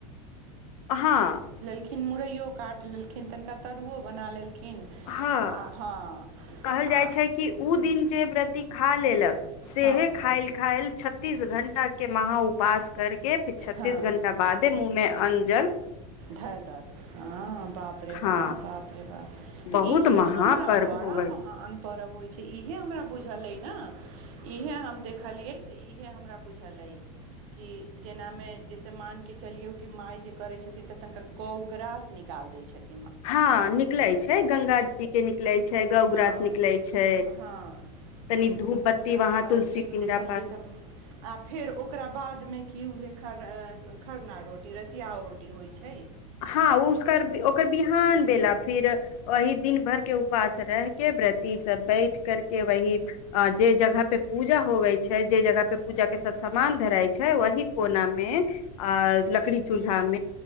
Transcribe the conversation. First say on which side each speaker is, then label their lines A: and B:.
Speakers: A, on the left (about 70°); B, on the right (about 60°).
A: हँ
B: तखिन मुरैयो काटि लेलखिन तनिका तरुओ बना लेलखि किन
A: हँ
B: आ हँ
A: कहल
B: आ
A: जाइ छै कि ओ दिन जे व्रती खा लेलक सेहे
B: हँ
A: खायल खाय छ्तीस घंटा के मह उपास करके फेर छत्तीस
B: हँ
A: घं्टा बादे मुँहमे अंजल
B: धयलक हँ बाप रे
A: हँ
B: बा बाप रे त
A: बहुत
B: इह
A: महापर्व
B: हमरा बड़ा
A: होवे
B: महान पर्व होइ छै इहे हमरा बुझल अइ न इहे हम देखलियै तऽ इहे हमरा बुझलै क जेनामे जाहिस मानिकऽ चलियौ कि मााय जे करै छथिन तऽ तनिका गौगरास निकालि दै छथि
A: हँ निकले छै गंगा जी के निकले छै गौग्रास
B: हँ
A: निकले छै
B: हँ
A: तनी
B: तऽ
A: धूप
B: ओ
A: बत्ती
B: उएहे
A: वहां
B: हम कहलियै
A: तुलसी
B: ओ
A: पिंडा
B: देखलियै
A: पास
B: तऽ हम फेर ओकरा बादमे की होइ खरना रोटी रसियाउ रोटी होइ छ
A: हँ ओ उसकर ओकर बिहान भेला फि वहिी दिन भर के उपास रहके व्रती सब बैठ करके व अ जे जगह पे पूजा होवै छै जे जगह पे पूजा के सभ सामान धराइत छै वह कोना म आ लकड़ी चूल्हाम